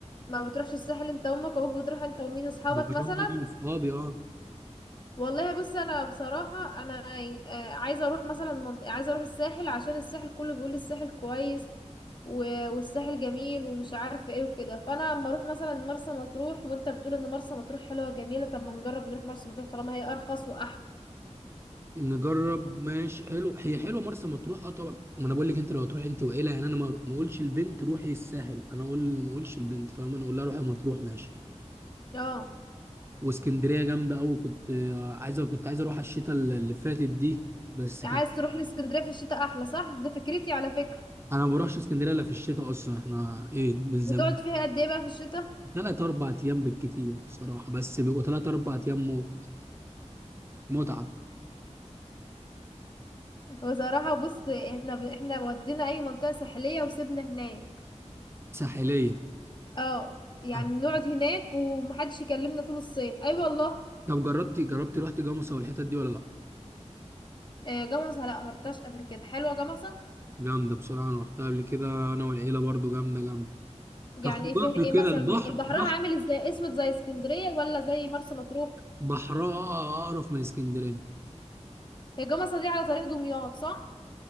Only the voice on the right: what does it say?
بروح
أنا وأصحابي أه
نجرب ماشي حلو هي حلوة مرسى مطروح أه طبعا ما أنا بقول لك أنت لو هتروح أنت وعيلة يعني أنا ما ما أقولش البنت روحي الساحل أنا أقول ما أقولش البنت فاهم أنا أقول لها روحي مطروح ماشي
واسكندرية جامدة أوي كنت آه، عايز كنت عايز أروح الشتاء اللي فاتت دي بس
كان
انا ما بروحش اسكندريه الا في الشتاء اصلا احنا ايه من زمان
ثلاث اربع ايام بالكتير بصراحه بس بيبقوا ثلاث اربع ايام موت متعه
ساحليه
آه.
طب جربتي جربتي رحتي جمصة والحتت دي ولا لا
جامده بصراحه انا رحتها قبل كده انا والعيله برضو جامده جامده
كخروجات
وكده
البحر
بحر
بحرها اقرف من اسكندريه